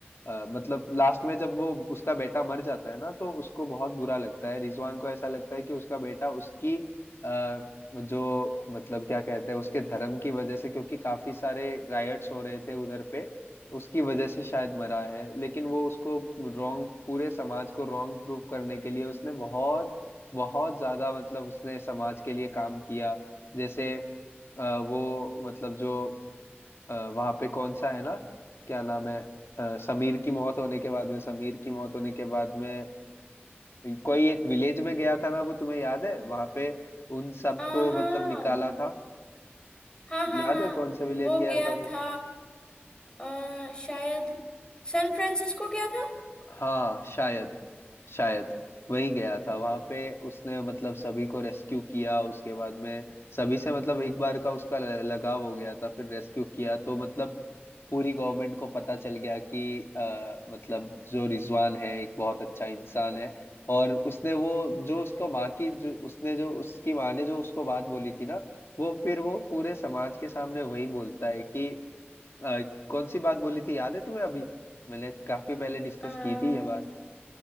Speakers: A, on the left; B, on the left.
A: आ, मतलब लास्ट में जब वो उसका बेटा मर जाता है ना तो उसको बहुत बुरा लगता है रिजवान को ऐसा लगता है कि उसका बेटा उसकी आ, जो मतलब क्या कहते हैं उसके धर्म की वजह से क्योंकि काफी सारे रायट्स हो रहे थे उधर पे उसकी वजह से शायद मरा है लेकिन वो उसको रॉन्ग पूरे समाज को रॉन्ग प्रूव करने के लिए उसने बहुत बहुत ज्यादा मतलब उसने समाज के लिए काम किया जैसे अ, वो मतलब जो वहां पे कौन सा है ना क्या नाम है अ, समीर की मौत होने के बाद में समीर की मौत होने के बाद में अ, कोई एक विलेज में गया था ना वो तुम्हें याद है वहां पे उन सबको
B: आ, हाँ
A: मतलब निकाला था
B: हाँ हाँ
A: याद
B: हाँ
A: है कौन सा विलेज
B: वो
A: गया
B: गया
A: था वो
B: था आ, शायद सैन फ्रांसिस्को गया था
A: हाँ शायद शायद वही गया था वहां पे उसने मतलब सभी को रेस्क्यू किया उसके बाद में सभी से मतलब एक बार का उसका ल- लगाव हो गया था फिर रेस्क्यू किया तो मतलब पूरी गवर्नमेंट को पता चल गया कि अ, मतलब जो रिजवान है एक बहुत अच्छा इंसान है और उसने वो जो उसको माँ की जो उसने जो उसकी माँ ने जो उसको बात बोली थी ना वो फिर वो पूरे समाज के सामने वही बोलता है कि अ, कौन सी बात बोली थी याद है तुम्हें अभी मैंने काफी पहले डिस्कस
B: आ,
A: की थी ये बात